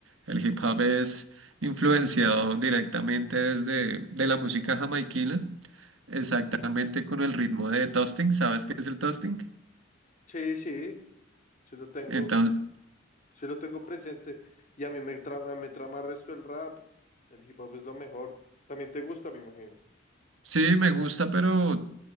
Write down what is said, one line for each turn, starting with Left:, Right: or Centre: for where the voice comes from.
Right: El hip hop es influenciado directamente desde de la música jamaiquina, exactamente con el ritmo de toasting. ¿Sabes qué es el toasting?
Left: Sí, sí, sí lo tengo.
Right: Entonces,
Left: Sí lo tengo presente. Y a mí me trama, me trama el resto el rap. El hip hop es lo mejor. También te gusta, me imagino.
Right: Sí, me gusta, pero